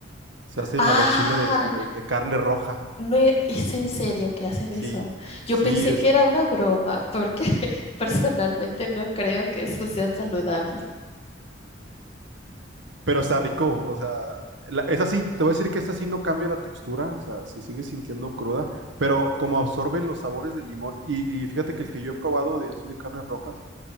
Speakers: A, on the right (about 75°); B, on the left (about 35°).
A: Se hace
B: Ah,
A: el aguachile de, de- de carne roja.
B: no e- es en serio que hacen
A: Sí,
B: eso. Yo
A: sí,
B: pensé que era una broma, porque <laughs> personalmente no creo que eso sea saludable.
A: Pero está rico, o sea, la- esa sí, te voy a decir que esta sí no cambia la textura, o sea, si sigue sintiendo cruda, pero como absorbe los sabores del limón, y, y fíjate que el que yo he probado de así de carnes rojas,